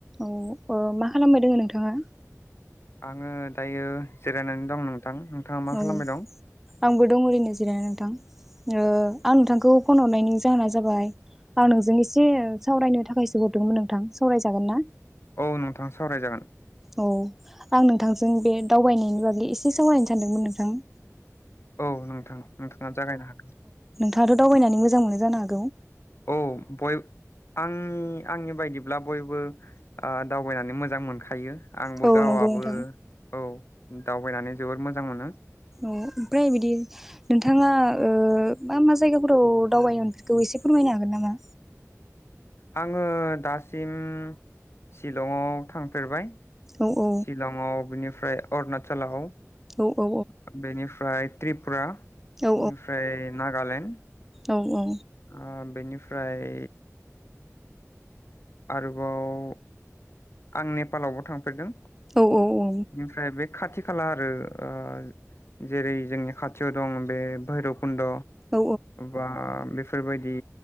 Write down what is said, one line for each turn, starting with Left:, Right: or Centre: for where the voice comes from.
Centre: औ ओ मा खालामबाय दोङ नोंथाङा
Left: आङो दायो जिरायनानै दं नो नोंथां नोंथाङा मा
Centre: औ
Left: खालामबाय दं
Centre: आंबो दं ओरैनो जिरायना नोंथां ओ आं नोंथांखौ फन हरनायनि जाहोना जाबाय आं नोंजों एसे सावरायनो थाखायसो हरदोंमोन नोंथां सावरायजागोन ना?
Left: औ नोंथाङा सावराय जागोन।
Centre: औ आं नोंथांजों बे दावबायनायनि बागै एसे सावरायनो सानदोंमोन नोंथां।
Left: औ नोंथां नोंथाङा जागायनो हागोन।
Centre: आथ' दावबायनानै मोजां मोनो जानो हागौ!
Left: औ बय- आंनि आंनि बायदिब्ला बयबो आ दावबायनानै मोजां मोनखायो। आंबो
Centre: औ
Left: गावाबो
Centre: नंगौ नोंथां
Left: औ। दावबायनानै जोबोर मोजां मोनो।
Centre: अ ओमफ्राय बिदि नोंथाङा ओ मा मा जायगाफोराव दावबायनायफोरखौ एसे फोरमायनो हागोन नामा?
Left: आङो दासिम शिलङा थांफेरबाय।
Centre: औ औ
Left: शिलङाव बेनिफ ओमफ्राय अरुणाचलाव
Centre: औ औ
Left: <inaudible> बेनिफ्राय त्रिपुरा ओमफ्राय
Centre: औ
Left: नागालेण्ड
Centre: औ औ।
Left: ओ बेनिफ्राय आरोबाव आं नेपालावबो थांफेरदों।
Centre: औ औ औ।
Left: बेनिफ्राय बे खाथि खाला आरो ओ जेरै जोंनि खाथियाव दं बे भैरब खन्द'
Centre: औ
Left: बा बेफोरबायदि